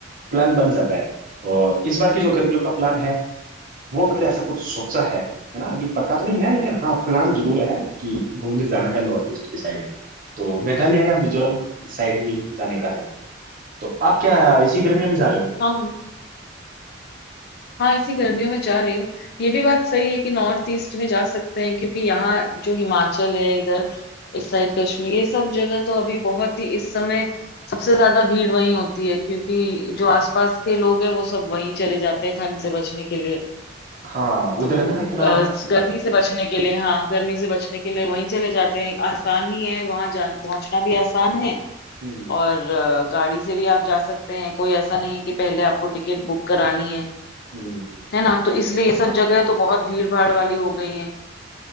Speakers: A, on the right; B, on the left.
A: प्लान बन जाता है और इस बार की जो गर्मियों का प्लान है वो मतलब ऐसा कुछ सोचा है है ना अभी पक्का तो नहीं है लेकिन हाँ प्लान जरूर है कि घूमने जाना है नॉर्थ ईस्ट की साइड तो मेघालय या मिजोरम साइड ही जाने का है तो आप क्या इसी गर्मियों में जा रहे हो
B: हाँ हाँ इसी गर्मियों में जा रही हूँ ये भी बात सही है कि नॉर्थ ईस्ट में जा सकते हैं क्योंकि यहाँ जो हिमाचल है इधर इस साइड कश्मीर ये सब जगह तो अभी बहुत ही इस समय सबसे ज्यादा भीड़ वहीं होती है क्योंकि जो आसपास के लोग हैं वो सब वहीं चले जाते हैं ठंड से बचने के लिए
A: हाँ उधर
B: तो
A: है ना इतना
B: अ, गर्मी से बचने के लिए हाँ गर्मी से बचने के लिए वहीं चले जाते हैं आसान ही है वहां जान पहुंचना भी आसान है
A: हम्म
B: और अ, गाड़ी से भी आप जा सकते हैं कोई ऐसा नहीं है कि पहले आपको टिकट बुक करानी है
A: हम्म
B: है ना तो इसलिए ये सब
A: तो
B: जगह तो बहुत भीड़ भाड़ वाली हो गई हैं